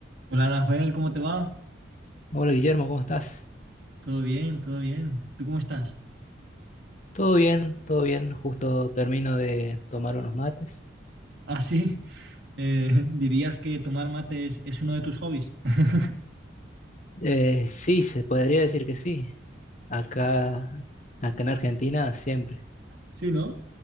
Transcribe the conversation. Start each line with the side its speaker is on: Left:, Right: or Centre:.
Right: Hola, Nahuel, ¿cómo te va?
Left: Hola Guillermo, ¿cómo estás?
Right: Todo bien, todo bien. ¿Tú cómo estás?
Left: Todo bien, todo bien. Justo termino de tomar unos mates.
Right: <laughs> Ah, sí. eh, <laughs> ¿dirías que tomar mate es, es uno de tus hobbies? <laughs>
Left: Eh, sí, se podría decir que sí. Acá, acá en Argentina siempre.
Right: Sí, ¿no?